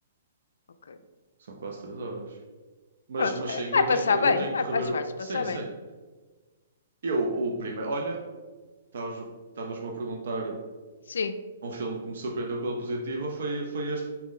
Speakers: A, on the left; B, on the right.
A: Ok.
B: São quase três horas. Mas,
A: Pronto,
B: mas
A: eh,
B: sim, eu
A: vai
B: tenho
A: passar
B: que, eu
A: bem.
B: tenho
A: Vai,
B: que rever
A: acho que
B: o,
A: vai se passar
B: sim, sim.
A: bem.
B: Eu, o primeiro, olha, estavas- estavas-me a perguntar
A: Sim.
B: Um filme que me surpreendeu pela positiva foi, foi este